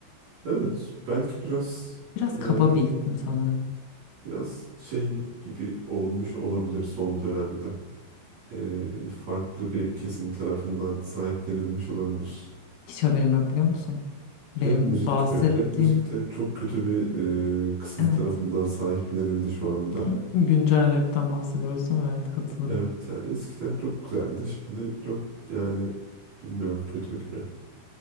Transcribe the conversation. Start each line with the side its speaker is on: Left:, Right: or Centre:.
Right: Evet. Belki biraz
Left: Biraz
Right: yani
Left: kaba bir isim sanırım.
Right: Biraz şey gibi olmuş olabilir son dönemde. Ee, farklı bir kesim tarafından sahiplenilmiş olabilir.
Left: Hiç haberim yok biliyor musun? Benim
Right: Rap müzik
Left: bahsettiğim
Right: gibi. Rap müzikte çok kötü bir e, kısım
Left: evet
Right: tarafından sahiplenildi şu anda.
Left: Evet, güncel rapten bahsediyoruz değil mi? Evet katılırım.
Right: Evet yani eskiden çok güzeldi. Şimdi çok yani bilmiyorum kötü gibi.